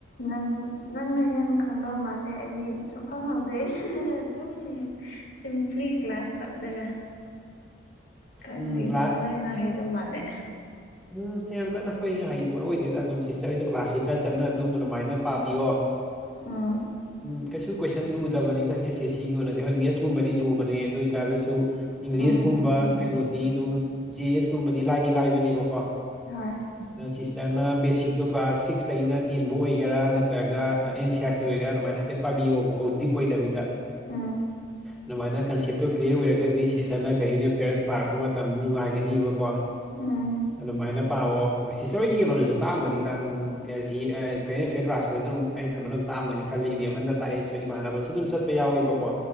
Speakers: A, on the left; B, in the centre.
A: ꯅꯪ ꯅꯪꯅ ꯍꯦꯟꯅ ꯈꯪꯗꯧ ꯃꯥꯜꯂꯦ ꯑꯩꯗꯤ ꯁꯨꯈꯪ ꯈꯪꯗꯦ ꯑꯗꯨꯝ ꯁꯤꯝꯄ꯭ꯂꯤ ꯀ꯭ꯂꯥꯁ ꯆꯠꯂꯒ ꯈꯪꯗꯦꯗ
B: ꯎꯝ ꯀ꯭ꯂꯥꯁ
A: ꯅꯣꯏꯅ ꯍꯩꯗꯧ ꯃꯥꯜꯂꯦ
B: ꯎꯝ ꯌꯥꯝ ꯀꯟꯅ ꯑꯩꯈꯣꯏꯁꯨ ꯍꯩꯕ ꯑꯣꯏꯗꯦꯗ ꯑꯗꯨꯝ ꯁꯤꯁꯇꯔꯁꯨ ꯀ꯭ꯂꯥꯁꯁꯨ ꯆꯠ ꯆꯠꯅ ꯑꯗꯨꯝ ꯑꯗꯨꯃꯥꯏꯅ ꯄꯥꯕꯤꯌꯣ <inaudible>
A: ꯑꯥ
B: ꯎꯝ ꯀꯩꯁꯨ ꯀꯣꯏꯁꯟ ꯂꯨꯗꯕꯅꯤꯗ ꯑꯦꯁ ꯑꯦꯁ ꯁꯤꯒꯤ ꯑꯣꯏꯅꯗꯤ ꯍꯣꯏ ꯃꯦꯠꯁꯀꯨꯝꯕꯗꯤ ꯂꯨꯕꯅꯦ ꯑꯗꯨꯏꯔꯒꯁꯨ ꯏꯪꯂꯤꯁꯀꯨꯝꯕ
A: ꯎꯝ
B: ꯀꯩꯅꯣꯗꯤ ꯑꯗꯨꯝ ꯖꯦ ꯑꯦꯁ ꯀꯨꯝꯕꯗꯤ ꯂꯥꯏꯗꯤ ꯂꯥꯏꯕꯅꯦꯕꯀꯣ
A: ꯍꯣꯏ
B: ꯑ ꯁꯤꯁꯇꯔꯅ ꯕꯦꯁꯤꯛꯇꯣ ꯀ꯭ꯂꯥꯁ ꯁꯤꯛꯁꯇꯒꯤꯅ ꯇꯦꯟꯕꯨ ꯑꯣꯏꯒꯦꯔꯥ ꯅꯠꯇ꯭ꯔꯒ ꯑꯦꯟ ꯁꯤ ꯑꯥꯔ ꯇꯤ ꯑꯣꯏꯒꯦꯔꯥ ꯑꯗꯨꯃꯥꯏꯅ ꯍꯥꯏꯐꯦꯠ ꯄꯥꯕꯤꯌꯣꯕꯀꯣ ꯗꯤꯞ ꯑꯣꯏꯗꯕꯤꯗ
A: ꯎꯝ
B: ꯑꯗꯨꯃꯥꯏꯅ ꯀꯟꯁꯦꯞꯇꯣ ꯀ꯭ꯂꯤꯌꯔ ꯑꯣꯏꯔꯒꯗꯤ ꯁꯤꯁꯇꯔꯅ ꯀꯔꯤ ꯍꯥꯏꯅꯤ <unintelligible> ꯄꯥꯔꯛꯄ ꯃꯇꯝ ꯅꯨꯡꯉꯥꯏꯒꯅꯤꯕꯀꯣ
A: ꯎꯝ
B: ꯑꯗꯨꯃꯥꯏꯅ ꯄꯥꯋꯣ ꯃꯣꯏ ꯁꯤꯁꯇꯔ ꯍꯣꯢꯒꯤ ꯀꯩꯅꯣꯗꯨꯁꯨ ꯇꯥꯛ ꯑꯝꯒꯅꯤꯗ ꯎꯝ ꯀ ꯖꯤ ꯑ ꯀꯔꯤ ꯍꯥꯢꯅꯤ ꯐꯦꯠ ꯀ꯭ꯂꯥꯁꯇꯁꯨ ꯑꯗꯨꯝ ꯑꯩ ꯈꯟꯕ ꯑꯗꯨꯝ ꯇꯥꯛꯑꯝꯒꯅꯤ ꯈꯜꯂꯤ ꯏꯕꯦꯝꯍꯟꯗ ꯇꯥꯛꯑꯦꯁꯨ ꯏꯃꯥꯟꯅꯕꯁꯨ ꯑꯗꯨꯝ ꯆꯠꯄ ꯌꯥꯎꯋꯤꯕꯀꯣ